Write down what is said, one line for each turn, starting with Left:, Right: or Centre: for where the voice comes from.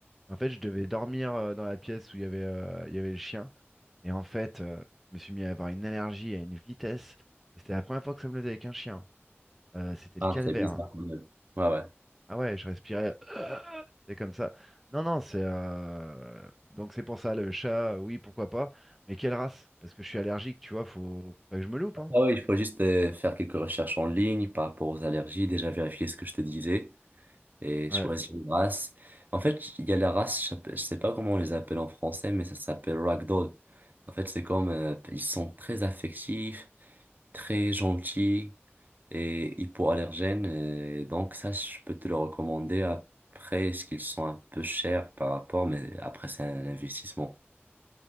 Centre: En fait, je devais dormir euh, dans la pièce où il y avait, euh, il y avait le chien. Et en fait, euh, je me suis mis à avoir une allergie à une vitesse. Et c'était la première fois que ça me le faisait avec un chien. Euh, c'était le
Right: ah,
Centre: calvaire.
Right: c'est bizarre
Centre: hein.
Right: quand même. Ouais, ouais.
Centre: Ah ouais, je respirais. <clears throat> C'est comme ça. Non, non, c'est. euh, Donc c'est pour ça, le chat, euh, oui, pourquoi pas. Mais quelle race? Parce que je suis allergique, tu vois, faut, faut pas que je me loupe, hein.
Right: Ah ouais, il faut juste euh, faire quelques recherches en ligne par rapport aux allergies, déjà vérifier ce que je te disais. et
Centre: Ouais,
Right: choisis une race. En fait, il y a la race, je sais je sais pas comment on les appelle en français, mais ça s'appelle ragdoll. En fait, c'est comme, euh, ils sont très affectifs, très gentils et hypoallergènes. euh, Et donc ça, je peux te le recommander après, ce qu'ils sont un peu chers par rapport, mais après, c'est un investissement.